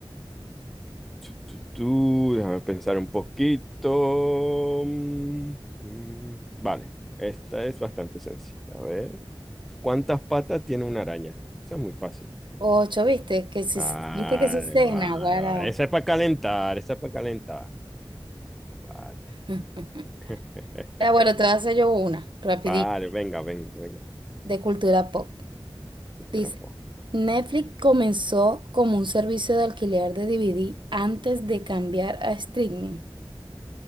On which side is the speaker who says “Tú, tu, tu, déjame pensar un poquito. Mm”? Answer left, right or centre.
Centre